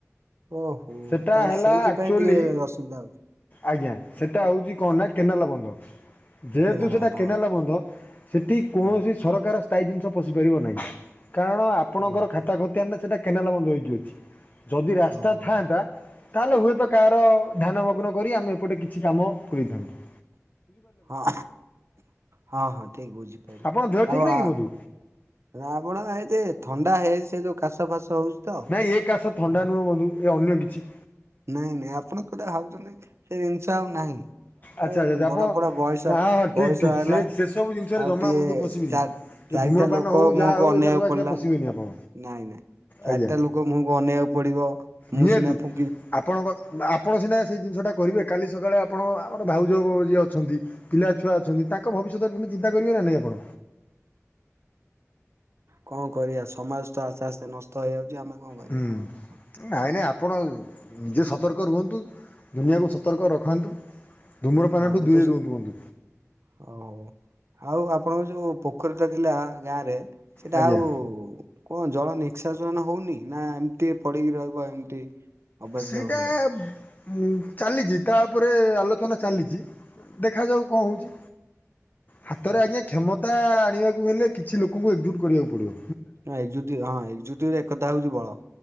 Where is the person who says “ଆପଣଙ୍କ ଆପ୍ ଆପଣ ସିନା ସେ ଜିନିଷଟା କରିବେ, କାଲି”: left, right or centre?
Left